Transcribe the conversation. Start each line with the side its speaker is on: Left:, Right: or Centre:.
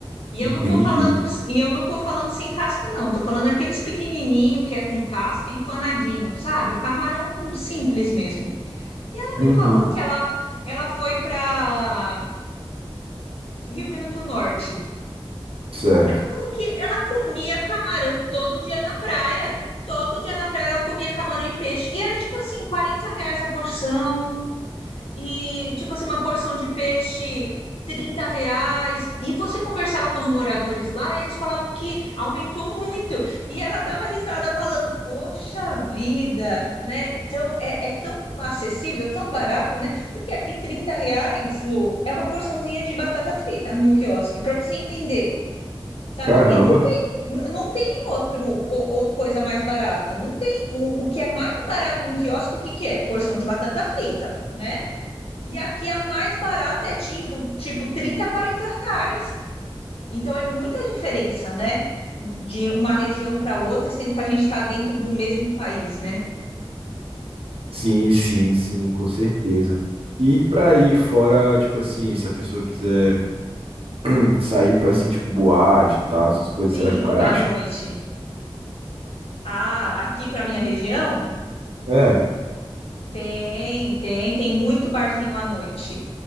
Left: E
Right: entendi.
Left: eu não tô falando, e eu não tô falando sem casca, não. Tô falando aqueles pequenininho que é com casca, empanadinho, sabe? Camarão simples mesmo. Ela
Right: Uhum,
Left: me falou que ela, ela foi para Rio Grande do Norte.
Right: certo.
Left: Ela falou que ela comia camarão todo dia na praia. Todo dia na praia ela comia camarão e peixe. E era tipo assim, 40 reais a porção. E, tipo assim, uma porção de peixe, 30 reais. E você conversava com os moradores lá, eles falavam que aumentou muito. E ela dava risada falando, poxa vida, né? Tão, é, é tão acessível, tão barato, né? Porque aqui 30 reais, Lu, é uma porçãozinha de batata frita no quiosque, para você entender. Sabe?
Right: Caramba.
Left: E não tem, n- não tem outro o- o- coisa mais barata. Não tem. O, o que é mais barato no quiosque, o que que é? Porção de batata frita, né? E aqui a mais barata é tipo, tipo 30 40 reais. Então é muita diferença, né? De uma região para outra, sendo que a gente está dentro do mesmo país, né?
Right: Sim, sim, sim, com certeza. E pra aí fora, tipo assim, se a pessoa quiser <clears throat> sair pra, assim, tipo, boate e tal, essas coisas,
Left: Sim,
Right: será que o cara
Left: à
Right: acha?
Left: noite. Ah, aqui para minha região
Right: É,
Left: tem, tem, tem muito barzinho à noite.